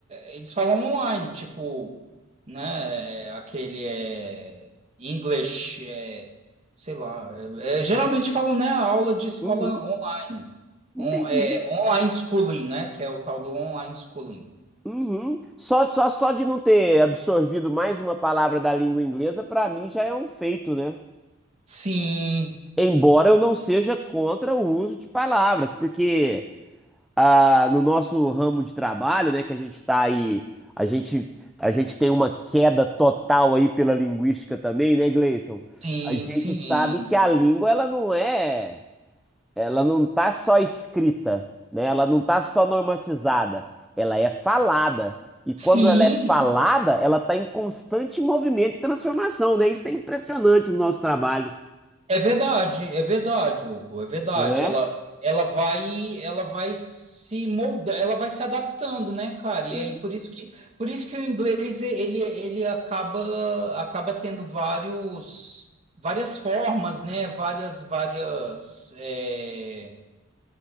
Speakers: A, on the right; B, in the centre.
A: é- Eles falam online, tipo, né? é, Aquele é English, é, sei lá. é, é, geralmente falam, né? Aula de escola
B: Uhum,
A: online,
B: entendi.
A: On- é, online schooling, né? Que é o tal do online schooling.
B: Uhum. Só, só, só de não ter absorvido mais uma palavra da língua inglesa, para mim já é um feito, né?
A: Sim,
B: Embora eu não seja contra o uso de palavras, porque ah, no nosso ramo de trabalho, né, que a gente está aí, a gente, a gente tem uma queda total aí pela linguística também, né, Gleison?
A: sim,
B: A gente
A: sim,
B: sabe que a língua, ela não é, ela não tá só escrita, né? Ela não tá só normatizada, ela é falada. E quando
A: sim.
B: ela é falada, ela está em constante movimento e transformação, né? Isso é impressionante no nosso trabalho.
A: É verdade, é verdade, Hugo, é verdade.
B: É?
A: Ela, ela vai, ela vai se moldar, ela vai se adaptando, né, cara? E
B: Sim.
A: aí por isso que, por isso que o inglês ele, ele acaba, acaba tendo vários, várias formas, né? Várias, várias, é,